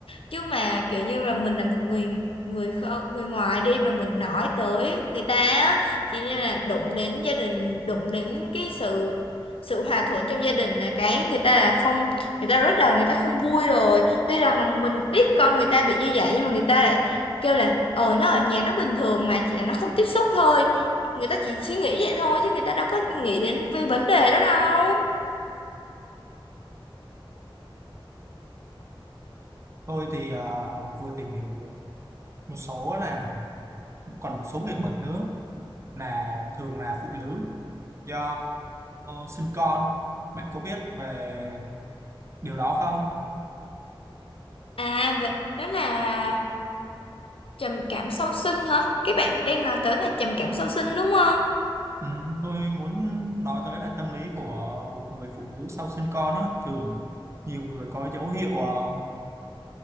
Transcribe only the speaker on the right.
tôi thì ờ, vừa tìm hiểu được một số là còn một số người bệnh nữa là thường là phụ nữ do sinh con bạn có biết về điều đó không
ừ, tôi muốn nói tới là tâm lý của một người phụ nữ sau sinh con á thường nhiều người có dấu hiệu ờ,